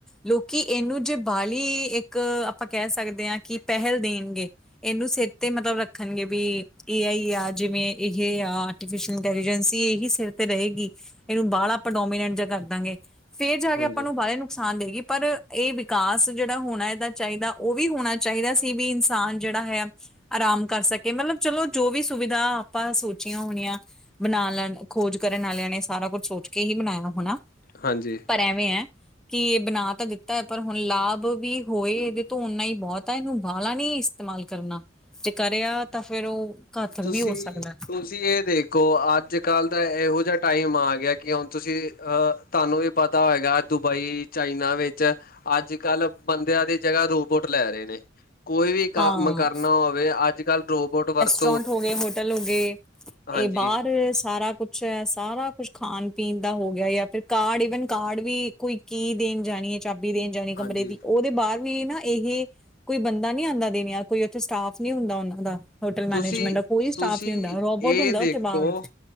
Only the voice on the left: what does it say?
ਹਾਂਜੀ
ਹਾਂਜੀ।
ਤੁਸੀਂ
ਤੁਸੀਂ ਏਹ ਦੇਖੋ, ਅੱਜ-ਕੱਲ੍ਹ ਦਾ ਏਹੋ ਜਾ ਟਾਈਮ ਆ ਗਿਆ ਕਿ ਹੁਣ ਤੁਸੀਂ ਅਹ ਤੁਹਾਨੂੰ ਵੀ ਪਤਾ ਹੋਏਗਾ, ਦੁਬਈ ਚਾਈਨਾ ਵਿੱਚ ਅੱਜ-ਕੱਲ੍ਹ ਬੰਦਿਆਂ ਦੀ ਜਗ੍ਹਾ ਰੋਬੋਟ ਲੈ ਰੇ ਨੇ। ਕੋਈ ਵੀ ਕੰਮ
ਕਰਨਾ ਹੋਵੇ ਅੱਜ-ਕੱਲ੍ਹ ਰੋਬੋਟ ਵਰਤ
ਹਾਂਜੀ
ਹਾਂਜੀ
ਤੁਸੀਂ
ਤੁਸੀਂ
ਇਹ
ਦੇਖੋ